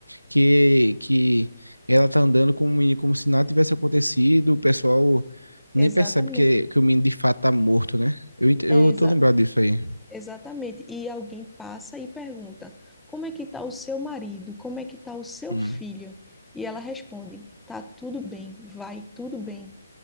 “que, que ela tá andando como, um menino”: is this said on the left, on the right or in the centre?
Right